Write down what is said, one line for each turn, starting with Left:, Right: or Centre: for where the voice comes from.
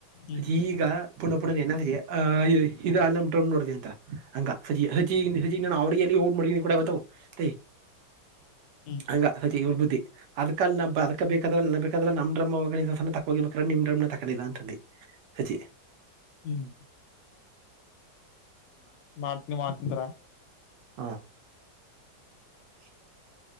Left: ಹ್ಮ್
Right: ಅ ಈಗ ಪುಣಃ ಪುಣ ಸಜ ಇದು ಅ ನ ಡ್ರ್ ನೋಡಿದೆ ಅಂತ ಹಂಗ ಸಜ ಸಜ ಸಜ ನಾ ಅವ್ರಿಗೆ ಎಲ್ಲಿ ಹೋಗ ಮಾಡನಿ ಕೂಡ ಬತವು ಸೇ
Left: ಹ್ಮ್
Right: ಹಂಗ ಸಚಿ ಇವ್ರ ಬುದ್ಧಿ ಅದಕಾಲ ನ ಅದ್ ಬೇಕಾದ್ರ ನ ಬೇಕಾದ್ರ ನಮ್ ಡ್ರಮ ಹ ಸಣ್ಣ ತಗೋಗಿಬೇಕ್ರ ನಿಮ್ ಡ್ರಮನ ತಕದಿಲ್ಲ ಅಂತಂದ ಸಚಿ
Left: ಹ್ಮ್ ಮಾಡ್ತೀನಿ ಮಾಡ್ತಂತರ
Right: ಹಾ <inaudible>